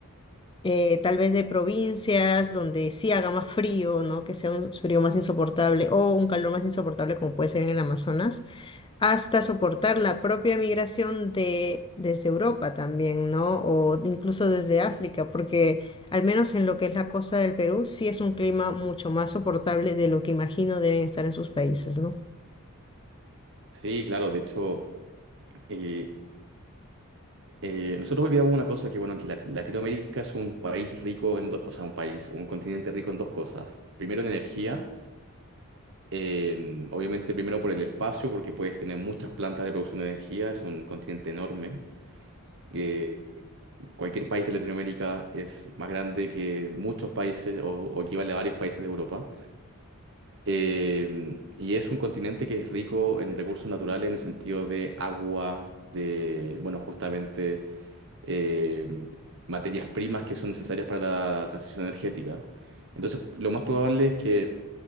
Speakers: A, on the left; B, on the right.
A: eh, tal vez de provincias donde sí haga más frío, ¿no? Que sea un frío más insoportable o un calor más insoportable como puede ser en el Amazonas, hasta soportar la propia migración de, desde Europa también, ¿no? O incluso desde África, porque al menos en lo que es la costa del Perú, sí es un clima mucho más soportable de lo que imagino deben estar en sus países, ¿no?
B: Sí, claro, de hecho. Eh, eh, nosotros olvidamos una cosa que, bueno, que Lat- Latinoamérica es un país rico, en do- o sea, un país, un continente rico en dos cosas. Primero en energía, eh, obviamente primero por el espacio, porque puedes tener muchas plantas de producción de energía, es un continente enorme. Eh, cualquier país de Latinoamérica es más grande que muchos países o, o equivale a varios países de Europa. Eh, y es un continente que es rico en recursos naturales en el sentido de agua, de, bueno, justamente eh, materias primas que son necesarias para la transición energética. Entonces, lo más probable es que,